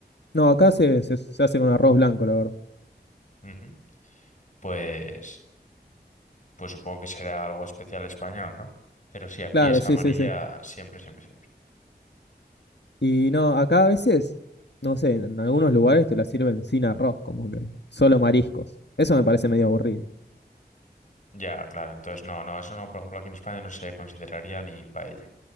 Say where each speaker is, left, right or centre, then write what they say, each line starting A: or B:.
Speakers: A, on the left; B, on the left.
A: No, acá se, se, se hace con arroz blanco, la verdad.
B: Ujú. Pues, pues supongo que será algo especial español, ¿no? Pero sí, aquí
A: Claro,
B: es
A: sí,
B: amarilla
A: sí, sí.
B: siempre, siempre, siempre.
A: Y no, acá a veces, no sé, en algunos lugares te la sirven sin arroz, como que solo mariscos. Eso me parece medio aburrido.
B: Ya, claro. Entonces, no, no, eso no, por ejemplo, aquí en España no se consideraría ni paella.